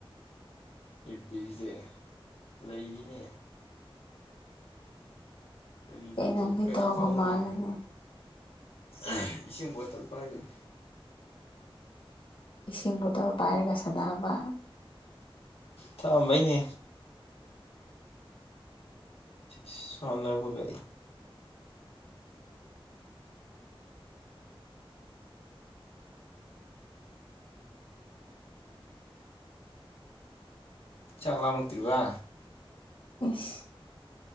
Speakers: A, on the left; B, on the left.
A: <unintelligible> ꯄꯤꯖ‌ꯦ ꯂꯩꯕꯅꯦ ꯀꯔꯤ
B: ꯀꯩꯅꯣꯝꯗꯤ
A: ꯇꯧꯗꯣ ꯀꯔꯤ
B: ꯇꯧꯕ
A: ꯇꯧ
B: ꯃꯥꯜꯂꯤꯅꯦ
A: ꯃꯥꯜ <unintelligible> ꯏꯁꯤꯡ ꯕꯣꯇꯜ ꯄꯥꯏꯕꯩ
B: ꯏꯁꯤꯡ ꯕꯣꯇꯜ ꯄꯥꯏꯔꯒ ꯁꯥꯟꯅꯕ
A: ꯊꯑꯝꯕꯩꯅꯦ ꯏꯁ ꯁꯅꯕꯨꯒꯥꯏ ꯆꯥꯛ ꯂꯥꯝꯃꯛꯇ꯭ꯔꯤꯕ
B: ꯏꯁ